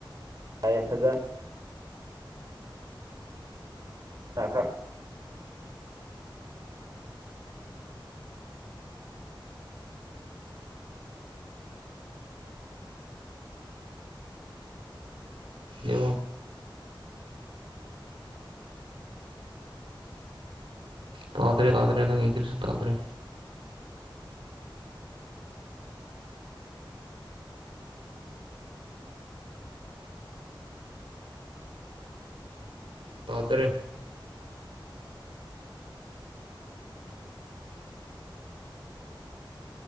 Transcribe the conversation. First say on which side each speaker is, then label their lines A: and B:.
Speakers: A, on the right (about 40°); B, on the right (about 80°).
A: ꯇꯑꯦ ꯐꯖꯟ ꯑꯒꯥ
B: ꯌꯦ ꯇꯥꯗꯔ ꯌꯥꯥꯗꯔꯅ ꯉꯀꯁꯤ ꯇꯥꯗꯔꯦ ꯇꯥꯗ꯭ꯔꯦ